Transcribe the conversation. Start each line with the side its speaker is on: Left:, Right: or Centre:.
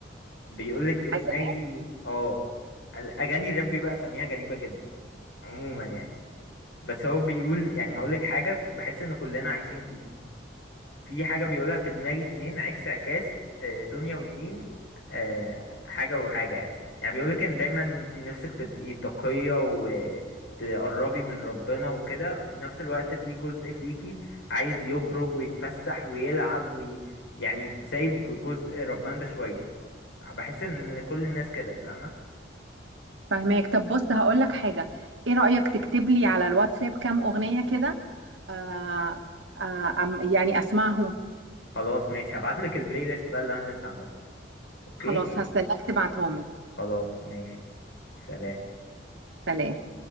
Left: بيقول لك في دماغي
Right: عايزه
Left: اه الاغاني الراب بقى سميها غريبه جدا عموما يعني بس هو بيقول يعني هقول لك حاجه بحس ان كلنا عايشين فيها في حاجة بيقولها في دماغي اتنين عكس عكاس آه، دنيا ودين آه، حاجة وحاجة يعني يعني بيقولك إن دايما انت نفسك تبقي تقية وتقربي من ربنا وكده وفي نفس الوقت في جزء فيكي عايز يخرج ويتفسح ويلعب وي... يعني سايب جزء ربنا ده شوية بحس إن كل الناس كده فاهمة
Right: فاهماك طب بص هقول لك حاجه ايه رايك تكتب لي على الواتساب كام اغنيه كده آه آه أم- يعني اسمعهم
Left: خلاص ماشي هبعتلك البلاي ليست بقى اللي أنا لسه عاملها أوكي
Right: خلاص هستناك تبعتهم لي
Left: خلاص ماشي سلام
Right: سلام